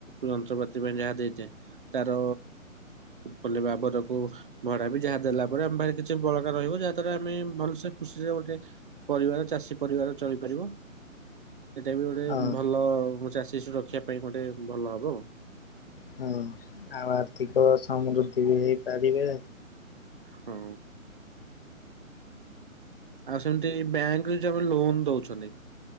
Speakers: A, on the right (about 40°); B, on the left (about 45°).
A: ଯନ୍ତ୍ରପାତି ପାଇଁ ଯାହା ଦେଇଚେ। ତାର କଲେ ବାବରକୁ ଭଡା ବି ଯାହା ଦେଲା ପରେ ଆମେ ଭ କିଛି ବଳକା ରହିବ ଯାହା ଦ୍ୱାରା ଆମେ ଭଲସେ ଖୁସିରେ ଗୋଟେ ପରିବାର ଚାଷୀ ପରିବାର ଚଳିପାରିବ ସେଇଟା ବି ଗୋଟେ
B: ହଁ
A: ଭ ଭଲ ଚାଷୀ ସୁରକ୍ଷା ପାଇଁ ଗୋଟେ ଭଲ ହବ।
B: ହଁ ଆ ଆର୍ଥିକ ସମୃଦ୍ଧି ବି ହେଇପାରିବେ।
A: ହଁ। ଆଉ ସେମତି ବ୍ୟାଙ୍କ ଯ ଆମ ଲୋନ ଦଉଛନ୍ତି।